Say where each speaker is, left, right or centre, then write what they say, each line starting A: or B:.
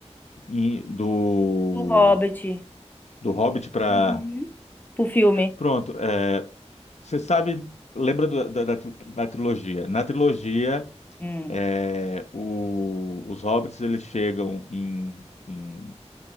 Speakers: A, on the left; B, on the left.
A: E do,
B: do Hobbit
A: do Hobbit para.
B: Uhum. pro filme?
A: Pronto, é, Você sabe, lembra do- da, da, tri- da trilogia? Na trilogia,
B: Hum,
A: é, o- os hobbits eles chegam em, em